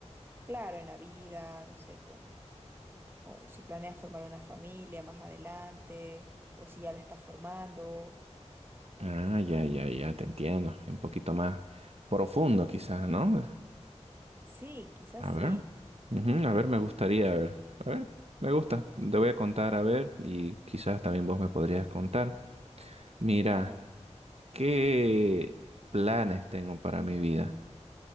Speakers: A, on the right; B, on the right.
A: Claro, en la vida, no sé, como si planeas formar una familia más adelante o si ya la estás formando.
B: Ah, ya, ya, ya, te entiendo. Un poquito más profundo quizás, ¿no?
A: Sí, quizás
B: A ver.
A: sí,
B: Ujú, a ver, me gustaría, a ver. A ver, me gusta. Te voy a contar, a ver, y quizás también vos me podrías contar. Mira,
A: claro.
B: ¿qué planes tengo para mi vida?